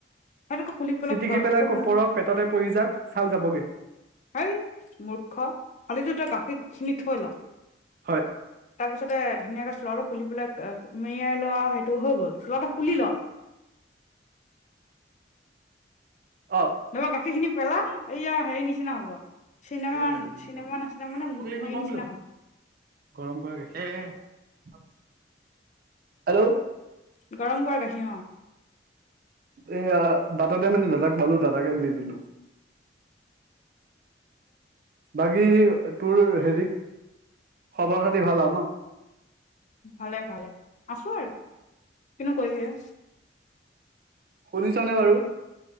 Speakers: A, on the left; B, on the right.
A: সেইটোকেই খুলি পেলাই
B: চিটিকি
A: কাপোৰখন
B: <unintelligible> পেটতে পৰি যাক ছাল যাবগৈ।
A: সেই মূৰ্খ খালি <unintelligible> গাখীৰ খিনি থৈ ল।
B: হয়।
A: তাৰ পিছতে ধুনীয়াকে চোলাটো খুলি পেলাই মেৰিয়াই লোৱা সেইটো হৈ গ'ল। চোলাটো খুলি ল'।
B: অ
A: নহবা গাখীৰ খিনি পেলা,
B: বৌ
A: এইয়া হেৰি নিচিনা হ'ব। চিনেমা
B: কলেজ যাম মোক
A: চিনেমা নিচিনা মানে সেৰি
B: ইমান গৰম
A: নিচিনা
B: কিয়
A: হ'ব।
B: গৰম কৰা গাখী, হেল্ল'।
A: গৰম কৰা গাখীৰ অঁ।
B: এয়া বাটতে মানে দাদাক পালোঁ, দাদাকে দি দিলোঁ। বাকী তোৰ হেৰি খবৰ খাতি ভাল আৰু ন'?
A: ভালে ভালে, আছোঁ আৰু। কিনো কৰিবি আ।
B: শুনিছনে বাৰু?